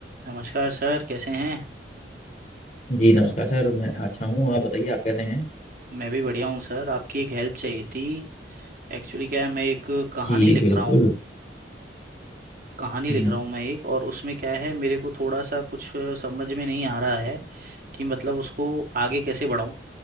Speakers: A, on the right; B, on the left.
A: नमस्कार सर कैसे हैं
B: जी नमस्कार सर मैं अच्छा हूँ आप बताइए आप कैसे हैं
A: मैं भी बढ़िया हूँ सर आपकी एक हेल्प चाहिए थी एक्चुअली क्या है मैं एक कहानी
B: जी
A: लिख
B: बिल्कुल
A: रहा हूँ कहानी
B: हम्म
A: लिख रहा हूँ मैं एक और उसमें क्या है मेरे को थोड़ा सा कुछ समझ में नहीं आ रहा है कि मतलब उसको आगे कैसे बढ़ाऊँ